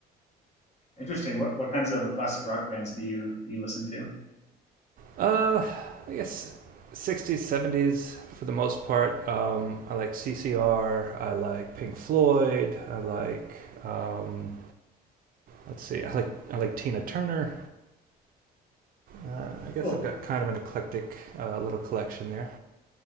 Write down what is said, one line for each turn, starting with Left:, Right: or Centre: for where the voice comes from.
Left: Interesting. What what kinds of classic rock bands do you do you listen to?
Right: Uh, I guess 60s, 70s for the most part. Um, I like CCR. I like Pink Floyd. I like um, let's see. I like I like Tina Turner. Uh, I guess
Left: Cool.
Right: I've got kind of an eclectic uh, little collection there.